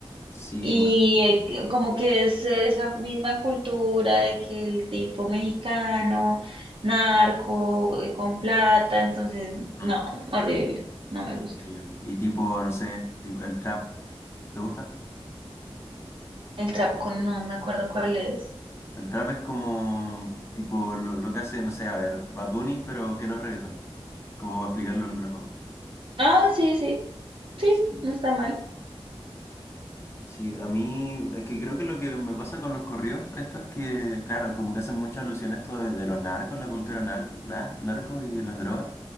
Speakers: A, on the left; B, on the right.
A: sí,
B: Y
A: bueno,
B: eh, que- como que es esa misma cultura de que el tipo mexicano, narco, eh, con plata, entonces,
A: mm,
B: no, horrible, no me gusta.
A: sí. Y tipo, no sé, tipo, el trap, ¿te gusta?
B: El trapo, no me acuerdo cuál es.
A: El trap es como tipo lo, lo que hace, no sé, a ver, Bad Bunny, pero que no es reggaetón. Como para explicarlo de alguna forma.
B: Ah, sí, sí, sí,
A: Sí.
B: no está mal.
A: Sí, a mí es que creo que lo que me pasa con los corridos, esto es que, claro, como que hacen mucha alusión a esto de, de los narcos, la cultura narco, na- narco y las drogas.